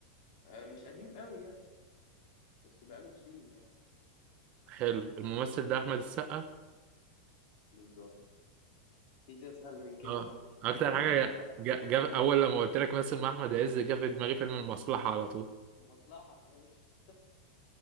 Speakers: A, on the left; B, on the right.
A: آه مش قديم قوي يعني بس بقاله سنين يعني
B: حلو الممثل ده أحمد السقا
A: بالظبط مفيش اسهل من كده
B: اه
A: اهو
B: أكتر
A: <laughs>
B: حاجة جا جا أول لما قلت لك مثل مع أحمد عز جه في دماغي فيلم المصلحة على طول
A: مصلحة آه، وش